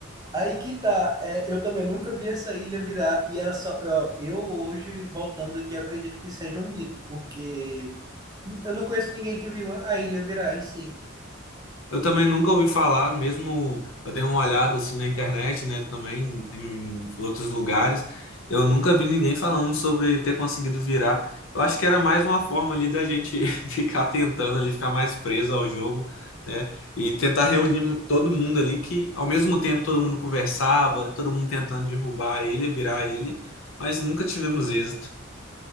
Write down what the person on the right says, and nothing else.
Aí que tá, é, eu também nunca vi essa ilha virar, e era só. ó, eu hoje, voltando aqui, eu acredito que seja um mito, porque eu não conheço ninguém que viu a a ilha virar em si.